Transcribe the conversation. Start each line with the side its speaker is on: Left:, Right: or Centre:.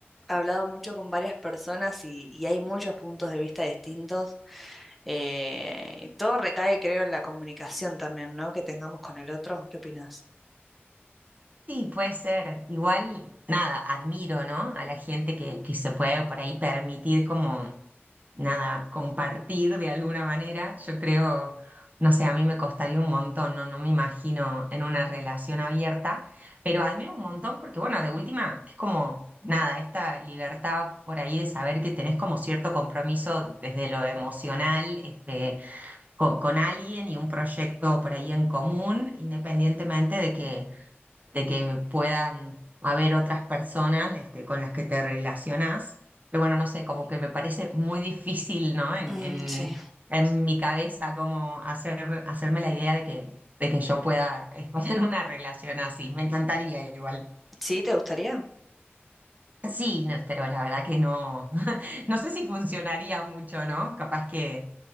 Centre: hablado mucho con varias personas y, y hay muchos puntos de vista distintos. Eh, y todo recae, creo, en la comunicación también, ¿no? Que tengamos con el otro. ¿Qué opinas?
Right: Sí, puede ser. Igual, nada, admiro, ¿no? A la gente que, que se puede por ahí permitir como, nada, compartir de alguna manera. Yo creo, no sé, a mí me costaría un montón, ¿no? No me imagino en una relación abierta, pero admiro un montón porque, bueno, de última, es como, nada, esta libertad por ahí de saber que tenés como cierto compromiso desde lo emocional, este co- con, alguien y un proyecto por ahí en común, independientemente de que, de que puedan haber otras personas este, con las que te relacionás. Pero bueno, no sé, como que me parece muy difícil, ¿no? En,
Centre: Mm,
Right: en,
Centre: sí.
Right: en mi cabeza, como hacer, hacerme la idea de que, de que yo pueda estar <laughs> en una relación así. Me encantaría igual.
Centre: ¿Sí? ¿Te gustaría?
Right: Sí, no, pero la verdad que no, <laughs> no sé si funcionaría mucho, ¿no? Capaz que,